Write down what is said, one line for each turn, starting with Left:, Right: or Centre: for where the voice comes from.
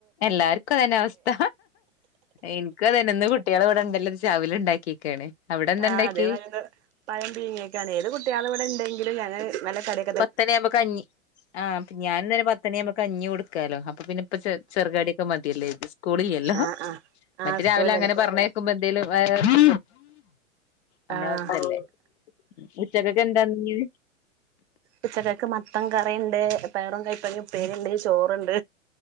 Left: എല്ലാർക്കും അതന്നെ അവസ്ഥ എനിക്കു അതന്നെ ഇന്ന് കുട്ടികള് ഇവിടെ ഉണ്ടല്ലൊ വെച്ച് അവില് ഉണ്ടാക്കിക്കാണ് അവിടെ എന്ത്
Right: ആഹ്
Left: ഇണ്ടാക്കി?
Right: അതേ മാതിരി പഴം പീഴ്ങ്ങിയേക്കാണെ ഏത് കുട്ട്യാള് ഇവിടെ ഉണ്ടെങ്കിലും ഞങ്ങൾ നല്ല കട
Left: പത്തര ആവുമ്പൊ കഞ്ഞി ആ ഞാൻ ഇന്നലെ പത്തണി ആവുമ്പ കഞ്ഞി കൊടുക്കാലോ അപ്പൊ പിന്നെ ഇപ്പ ചെ ചെറുകടിയൊക്കെ മതിയല്ലേ ഇത് സ്കൂളിലല്ലോ
Right: ആഹ് ആഹ്
Left: മറ്റെ
Right: ആഹ്
Left: രാവിലെ
Right: സ്കൂളിലല്ലേ
Left: അങ്ങനെ പറഞ്ഞെ ക്കുമ്പ എന്തേലും അങ്ങനെ നമ്മളെ
Right: ആഹ്
Left: ഇതല്ലേ ഉച്ചക്കൊക്കെ എന്താ ഇനീ
Right: ഉച്ചക്കത്തക്ക് മത്തൻ കറീണ്ട് പയറും കൈപ്പങ്ങേം ഉപ്പേരിണ്ട് ചോറുണ്ട്